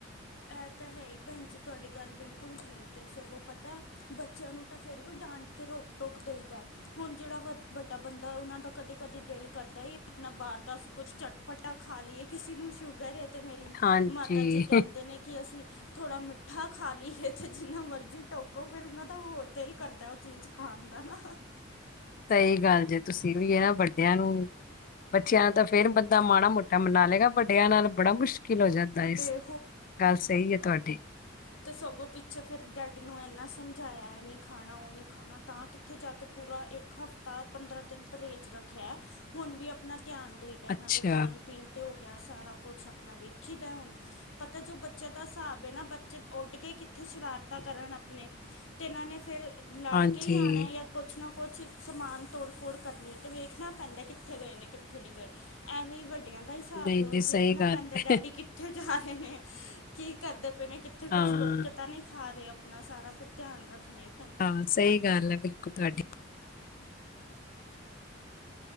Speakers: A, on the left; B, on the left.
A: ਇਹ ਤਾਂ ਹੈ ਹੀ ਭੈਣ ਜੀ ਤੁਹਾਡੀ ਗੱਲ ਬਿਲਕੁਲ ਠੀਕ ਹੈ ਸਗੋਂ ਪਤਾ ਬੱਚਿਆਂ ਨੂੰ ਤਾਂ ਫੇਰ ਵੀ, ਡਾਂਟ ਕੇ ਰੋਕ-ਟੋਕ ਦੇਈਦਾ ਹੁਣ ਜਿਹੜਾ ਵ ਵੱਡਾ ਬੰਦਾ ਉਹਨਾਂ ਦਾ ਕਦੇ-ਕਦੇ ਦਿਲ ਕਰਦਾ ਹੀ ਆਪਣਾ ਬਾਹਰ ਦਾ ਅਸੀਂ ਕੁਛ ਚਟਪਟਾ ਖਾ ਲਈਏ! ਕਿਸੇ ਨੂੰ ਸ਼ੂਗਰ ਹੈ ਤੇ ਮੇਰੀ
B: ਹਾਂਜੀ।
A: ਮਾਤਾ ਜੀ ਕਹਿੰਦੇ ਨੇ, ਕਿ ਅਸੀਂ ਥੋੜ੍ਹਾ ਮਿੱਠਾ ਖਾ, ਲਈਏ। ਅਤੇ ਜਿੰਨਾ ਮਰਜ਼ੀ ਟੋਕੋ ਫਿਰ ਉਹਨਾਂ ਦਾ ਹੋਰ ਦਿਲ ਕਰਦਾ ਉਹ ਚੀਜ਼ ਖਾਣ ਦਾ, ਨਾ
B: ਸਹੀ ਗੱਲ ਜੇ ਤੁਸੀਂ ਵੀ, ਇਹ ਨਾ ਵੱਡਿਆਂ ਨੂੰ। ਬੱਚਿਆਂ ਨਾਲ ਤਾਂ, ਫੇਰ ਬੰਦਾ ਮਾੜਾ, ਮੋਟਾ ਮਨਾ ਲਏਗਾ ਵੱਡਿਆਂ ਨਾਲ ਬੜਾ ਮੁਸ਼ਕ ਕਿਲ ਹੋ ਜਾਂਦਾ ਏ, ਇਸ
A: ਤੇ
B: ਗੱਲ ਸਹੀ ਹੈ ਤੁਹਾਡੀ।
A: ਅਤੇ ਸਗੋਂ ਪਿੱਛੇ ਫਿਰ ਡੈਡੀ ਨੂੰ ਇੰਨਾ ਸਮਝਾਇਆ ਐ ਨਹੀਂ ਖਾਣਾ, ਉਹ ਨਹੀਂ ਖਾਣਾ ਤਾਂ ਕਿ ਉੱਥੇ ਜਾ ਕੇ ਪੂਰਾ ਇੱਕ ਹਫ਼ਤਾ- ਪੰਦਰਾਂ ਦਿਨ ਪਰਹੇਜ਼ ਰੱਖਿਆ। ਹੁਣ ਵੀ ਆਪਣਾ ਧਿਆਨ ਦਈ ਦਾ,
B: ਅੱਛਾ
A: ਇਹਨਾਂ ਦੇ ਖਾਣ -ਪੀਣ ਤੇ ਹੋ ਗਿਆ ਸਾਰਾ ਕੁਛ ਆਪਣਾ ਵੇਖੀ ਦਾ ਹੁਣ, ਪਤਾ ਜੋ ਬੱਚਿਆਂ ਦਾ ਹਿਸਾਬ ਹੈ ਨਾ ਬ ਉੱਡ ਕੇ ਕਿੱਥੇ ਸ਼ਰਾਰਤਾਂ ਕਰਨ ਆਪਣੇ ਤੇ ਇਹਨਾਂ ਨੇ ਫਿਰ ਲੜਕੇ
B: ਹਾਂਜੀ
A: ਹੀ ਆਨਾ ਜਾਂ ਕੁਛ ਨਾ ਕੁਛ ਸਮਾਨ ਤੋੜ ਫੋੜ ਕਰਨੀ, ਤੇ ਵੇਖਣਾ ਪੈਂਦਾ ਕਿੱਥੇ ਗਏ ਨੇ, ਕਿੱਥੇ ਨਹੀਂ ਗਏ? ਐਵੇਂ ਵੱਡਿਆਂ ਦਾ ਹਿਸਾਬ
B: ਨਹੀਂ
A: ਏ ਹੁਨ
B: ਨਹੀਂ ਸਹੀ
A: ਵੇਖਣਾ
B: ਗੱਲ
A: ਪੈਂਦਾ
B: ਹੈ
A: ਡੈਡੀ ਕਿ ਕਿੱਥੇ ਜਾ ਰਹੇ ਨੇ, ਕੀ ਕਰਦੇ ਪਏ ਨੇ, ਕਿੱਥੇ ਕੁਝ
B: ਹਾਂ
A: ਲੁਕ ਕੇ ਤਾਂ ਨਹੀਂ ਖਾ ਰਹੇ ਆਪ ਇਤਨਾ ਸਾਰਾ ਫਿਰ ਧਿਆਨ ਰੱਖਣੇ,
B: ਹਾਂ, ਸਹੀ ਗੱਲ ਹੈ, ਬਿਲਕੁਲ ਤੁਹਾਡੀ।